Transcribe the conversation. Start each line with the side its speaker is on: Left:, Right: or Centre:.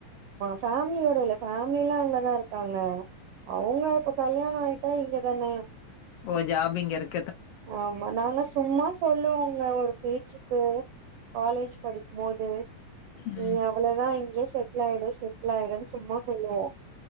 Right: ஃபேம்லியோட இல்ல ஃபேம்லில்லா அங்கதா இருக்காங்க அவங்க இப்ப கல்யாணோ ஆய்ட்டா இங்கதான
Left: ஓ ஜாப் இங்க இருக்
Right: ஆமா நானு சும்மா சொல்லுவாங்க ஒரு பேச்சுக் கு காலேஜ் படிக்கும்போது
Left: ம்
Right: நீ அவளோதா இங்க யே செட்ல் ஆய்டுவ செட்ல் ஆய்டுவன் சும்மா சொல்லுவோ